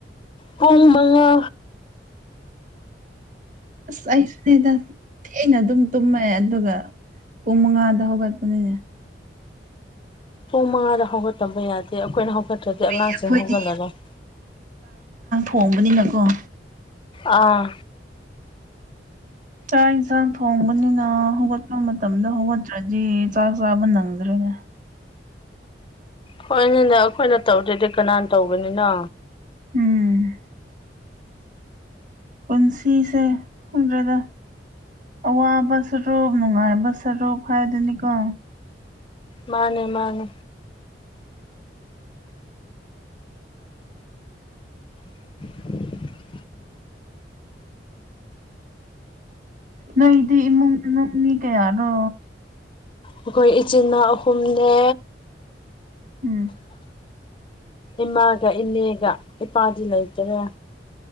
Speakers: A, on the left; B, on the right.
A: ꯍꯨꯡ ꯃꯉꯥ
B: ꯑꯁ ꯑꯩꯁꯤꯅꯦꯗ ꯊꯅ ꯑꯗꯨꯝ ꯇꯨꯝꯃꯦ ꯑꯗꯨꯒ ꯄꯨꯡ ꯃꯉꯥꯗ ꯍꯧꯒꯠꯄꯅꯤꯅꯦ
A: ꯄꯨꯡ ꯃꯉꯥꯗ ꯍꯧꯒꯠꯇꯕ ꯌꯥꯗꯦ ꯑꯩꯈꯣꯏꯅ ꯍꯧꯒꯠꯇ꯭ꯔꯗꯤ ꯑꯉꯥꯡꯁꯤꯡ
B: ꯑꯩꯈꯣꯏꯗꯤ
A: ꯍꯧꯒꯠꯂꯔꯣꯏ
B: ꯄꯣꯝꯕꯅꯤꯅꯀꯣ
A: ꯑꯥ
B: ꯆꯥꯛ ꯌꯦꯟꯁꯥꯡ ꯊꯣꯡꯕꯅꯤꯅ ꯍꯧꯒꯠꯄ ꯃꯇꯝꯗ ꯍꯧꯒꯠꯇ꯭ꯔꯗꯤ ꯆꯥꯛ ꯆꯥꯕ ꯅꯪꯗ꯭ꯔꯦ <unintelligible>
A: ꯍꯣꯏꯅꯤꯅꯦ ꯑꯩꯈꯣꯏꯅ ꯇꯧꯗꯦꯗꯤ ꯀꯅꯥꯅ ꯇꯧꯕꯅꯤꯅꯣ
B: ꯎꯝ ꯄꯨꯟꯁꯤꯁꯦ ꯍ꯭ꯔꯗ ꯑꯋꯥꯕ ꯁꯔꯣꯞ ꯅꯨꯡꯉꯥꯏꯕ ꯁꯔꯣꯞ ꯍꯥꯏꯗꯨꯅꯤꯀꯣ
A: ꯃꯥꯅꯦ ꯃꯥꯅꯦ <unintelligible>
B: ꯅꯣꯏꯗꯤ ꯏꯃꯨꯡ ꯃꯅꯨꯡ ꯃꯤ ꯀꯌꯥꯅꯣ
A: ꯑꯩꯈꯣꯏ ꯏꯆꯤꯟꯜꯅꯥꯎ ꯑꯍꯨꯝꯅꯦ
B: ꯎꯝ
A: ꯏꯃꯥꯒ ꯏꯅꯦꯒ ꯏꯄꯥꯗꯤ ꯂꯩꯇꯔꯦ